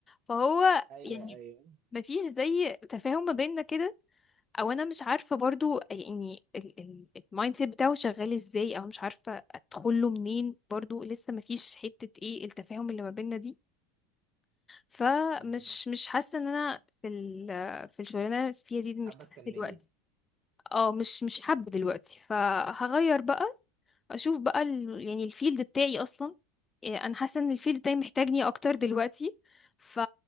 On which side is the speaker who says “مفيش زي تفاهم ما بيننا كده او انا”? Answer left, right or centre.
Left